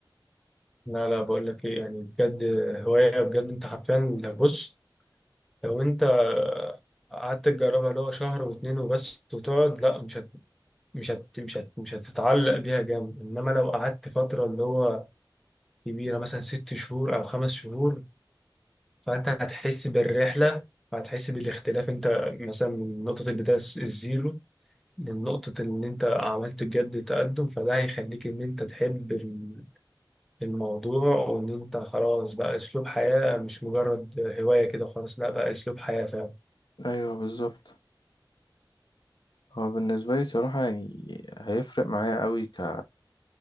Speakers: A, in the centre; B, on the left (about 60°).
A: لا لا بقول لك ايه يعني بجد هواية بجد انت حرفيا بص لو انت قعدت تجربها اللي هو شهر واتنين وبس وتقعد لا مش هت مش هت مش هت مش هتتعلق بيها جامد انما لو قعدت فتره اللي هو كبيره مثلا ست شهور او خمس شهور فانت هتحس بالرحله وهتحس بالاختلاف انت مثلا من نقطه البدايه الس- الزيرو لنقطه ان انت عملت بجد تقدم فده هيخليك ان انت تحب ال- الموضوع وان انت خلاص بقى اسلوب حياه مش مجرد هوايه كده خلاص لا بقى اسلوب حياه فعلا
B: ايوه بالظبط هو بالنسبة لي صراحة يعني هيفرق معايا قوي ك...